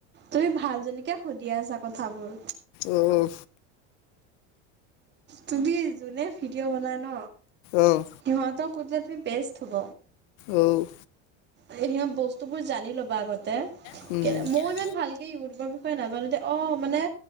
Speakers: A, on the right (about 30°); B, on the left (about 70°).
A: তুমি ভাল জনীকে সুধি আছা। কথাবোৰ।
B: উম,
A: তুমি যোনে ভিডিঅ' বনাই ন,
B: অ',
A: সিহঁতক। ক'ত যিটো বেষ্ট হ'ব।
B: অ'
A: সিহঁত বস্তু বোৰ জানি ল'বা আগত
B: শ্বৰ্টছ
A: কে মই ইমান ভালকে ইউটিউব। নাজানোতে অ মানে